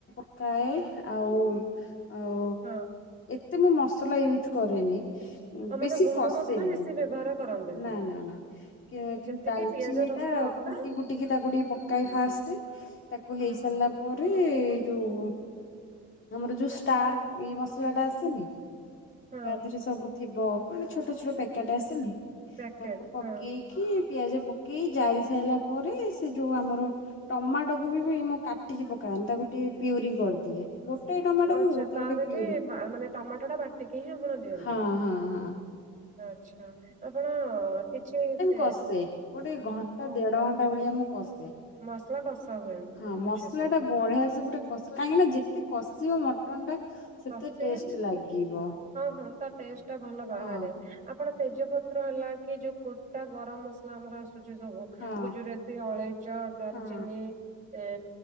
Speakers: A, on the left; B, on the right.
A: କାଏ ଆଉ ଆଉ
B: ହଁ।
A: ଏତେ ମୁଁ ମସଲା ୟୁଜ୍ କରେନି।
B: ଆଉ
A: ବେଶି
B: ମାନେ ଗୁଣ୍ଡ
A: କଶେ
B: ମସଲା
A: ମୁଁ
B: ବେଶୀ ବ୍ୟବହାର କରନ୍ତିନି।
A: ନା ନା। କିନ୍ତୁ
B: ଯେତିକି
A: ଡାଲଚିନିଟା
B: ପିଆଜ ରସୁଣ ଅଦା
A: କୁଟି କୁଟିକି ତାକୁ ଟିକେ ପକାଏ ଫାଷ୍ଟ ତାକୁ
B: ହଁ
A: ହେଇସାରିଲା
B: ହଁ
A: ପରେ ଇ ଯୋଉ ଆମର ଯୋଉ ଷ୍ଟାର ଏଇ ମସଲା ଟା ଆସେନି।
B: ହଁ
A: ତା ଦେହରେ ସବୁ ଥିବ ପୁଣି ଛୋଟ ଛୋଟ ପ୍ୟାକେଟ୍ ଆସେନି?
B: ପ୍ୟାକେଟ
A: ତାକୁ ପକେଇକି
B: ହଁ।
A: ପିଆଜ ପକାଇ ଜାରି ସାରିଲା ପରେ ସେ ଯୋଉଁ ଆମର ଟମାଟୋକୁ ବି ମୁଁ କାଟିକି ପକାଏନି ତାକୁ ଟିକଏ ପିଉରି କରିଦିଏ। ଗୋଟାଏ ଟମାଟୋକୁ
B: ଆଚ୍ଛା
A: ତାକୁ
B: ତାର
A: ଟିକେ ପିଉରି
B: ବି ମାନେ ଟମାଟୋ ଟା ବାଟିକି ହିଁ ଆପଣ ଦିଅନ୍ତି
A: ହଁ ହଁ ହଁ
B: ଆଛା ଆପଣ କିଛି? ତେ-
A: କସେ ଗୋଟେ ଘଣ୍ଟା
B: ଓହୋ
A: ଦେଢ ଘଣ୍ଟା ଭଳିଆ ମୁଁ କସେ
B: ମସଲା କଷା ହୁଏ
A: ହଁ
B: ବୁଝିଲି
A: ମସଲା ଟା ବଢିଆ ସେ କଷେ କାହିଁକି ନା ଯେତେ କଷିବ ମଟନ୍ ଟା ସେତେ
B: କଷି
A: ଟେଷ୍ଟ
B: ହେଲେ
A: ଲାଗିବ।
B: ହଁ ହଁ ତା ଟେଷ୍ଟ ଟା ଭଲ ବାହାରେ
A: ହଁ
B: ଆପଣ ତେଜପତ ହେଲା କି ଯୋଉ ଗୋଟା ଗରମ ମସଲା ଆମର ଆସୁ ଆସୁଚି ସବୁ
A: ହଁ
B: ଗୁଜୁରାତି ଅଳେଇଚ ଡାଲଚିନି
A: ହଁ
B: ଏ